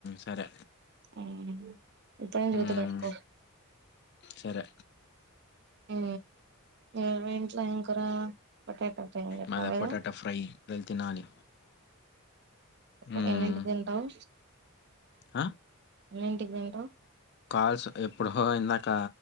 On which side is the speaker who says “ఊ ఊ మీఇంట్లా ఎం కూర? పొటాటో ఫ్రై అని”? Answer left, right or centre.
Right